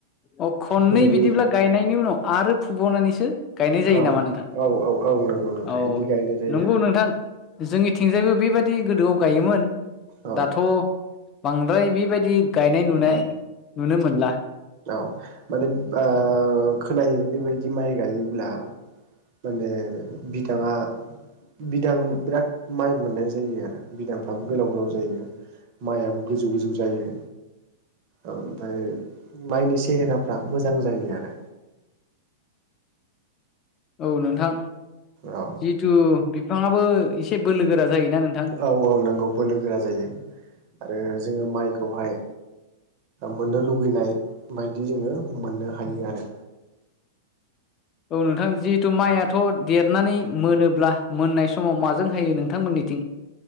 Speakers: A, on the left (about 25°); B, on the right (about 40°).
A: अ खननै
B: बेबायदि
A: बिदिब्ला गायनायनि उनाव आरो फुबावनानैसो गायनाय
B: औ
A: जायो नामा नोंथां?
B: औ औ औ नंगौ नोंथां
A: औ
B: बिदि गायनाय जायो
A: नंगौ नोंथां जोंनि- थिंजायबो बेबायदि गोदोआव गायोमोन
B: आरो औ
A: दाथ बांद्राय बेबायदि गायनाय नुनाय नुनो मोनला।
B: औ माने ओ खोनायो बेबायदि माइ गायोब्ला माने बिदाङा बिदां बिराद माइ मोननाय जायो आरो बिदांफ्राबो गोलाव गोलाव जायो माइआबो गोजौ गोजौ जायो आमफाय माइनि सेहेराफ्रा मोजां जायो आरो
A: औ नोंथां
B: औ
A: जिथु बिफाङाबो एसे बोलो गोरा जायोना नोंथां
B: औ औ नोंगौ बोलो गोरा जायो आरो जोङो माइखौहाय मोननो लुुबैनाय बायदि जोङो मोननो हायो आरो
A: औ नोंथां जिहेथु माइयाथ देरनानै मोनोब्ला मोननाय समाव माजों हायो नोंथांमोननि थिं